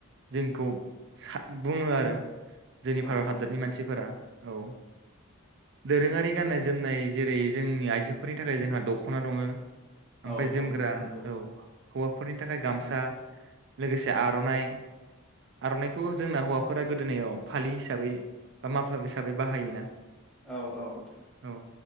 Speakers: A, on the right; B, in the centre.
A: जोंखौसा बुङो आरो। जोंनि
B: औ
A: भारत हादरनि
B: औ नोंथां
A: मानसिफोरा औ दोरोङारि गाननाय जोमनाय जेरै जोंनि आइजोफोरनि थाखाय जोंहा दखना दङ। ओमफ्राय
B: औ औ
A: जोमग्रा
B: नोंथां नोंगौ।
A: औ हौवाफोरनि थाखाय गामसा लोगोसे आरनाइ आरनाइखौ जोंना हौवाफोरा गोदोनायाव फालि हिसाबै बा माफालार हिसाबै बाहायोना।
B: औ औ नोंथां।
A: औ